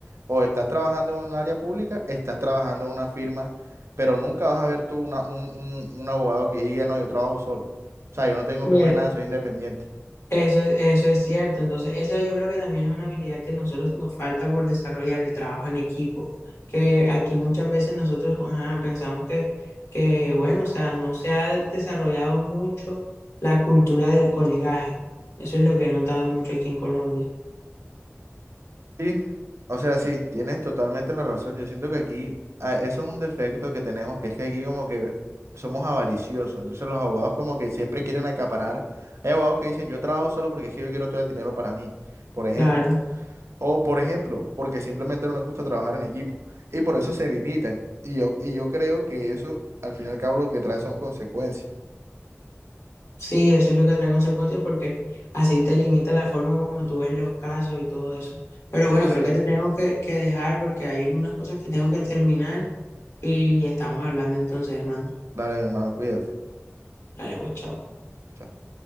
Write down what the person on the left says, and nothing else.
Sí,
Eso es, eso es cierto. Entonces, eso yo creo que también es una habilidad que nosotros nos falta por desarrollar el trabajo en equipo. Que aquí muchas veces nosotros ajá, pensamos que, que, bueno, o sea, no se ha desarrollado mucho la cultura del colegaje. Eso es lo que he notado mucho aquí en Colombia.
Claro.
Sí, eso es lo que trae consecuencias porque así te limita la forma como tú ves los casos y todo eso. Pero
bueno, creo
que te tengo que, que dejar porque hay unas cosas que tengo que terminar y estamos hablando entonces, hermano.
Dale, pues, chao.